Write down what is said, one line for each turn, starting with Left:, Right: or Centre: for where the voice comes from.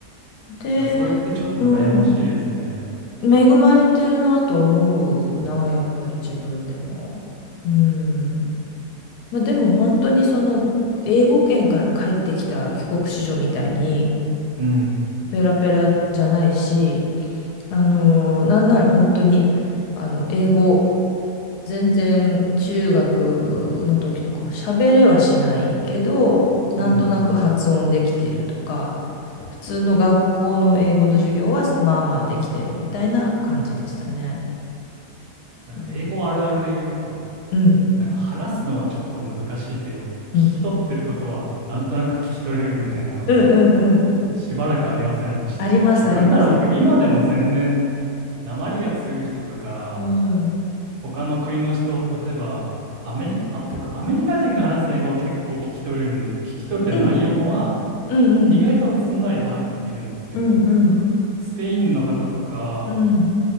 Left: う。で、
Right: でもそれってちょっと羨ましいですね。
Left: うん。恵まれてるなと思うな、やっぱり自分でも。うん。まあ、でも本当にその英語圏から帰ってきた帰国子女みたいに
Right: うん。
Left: ペラペラじゃないし、あのーなんなら本当にあの英語全然中学の時とかは喋れはしないけど、なんとなく発音できてるとか、
Right: うんうん。
Left: 普通の学校の英語の授業はまあまあできてるみたいな感じでしたね。
Right: なんか英語あるあるで言うと、
Left: うんうん、
Right: なんか話すのはちょっと難しいけど、
Left: うん、
Right: 聞き取ってることはなんとなく聞き取れるみたいなの、
Left: うん、うん、うん。
Right: しばらくありませんでした。
Left: あります、
Right: なんだろう、
Left: あります。
Right: 僕、今でも全然、訛りが強い人とか、
Left: うん、うん、
Right: 他の国の人、例えば、アメリカ、あ、僕、アメリカ人が話す英語は結構聞き取れるんで、聞き取れてる内容もまあ、
Left: うん、うん、
Right: 意外とすんなり把握できるんですけど、
Left: うん、うん。
Right: スペインの方とか、
Left: うん、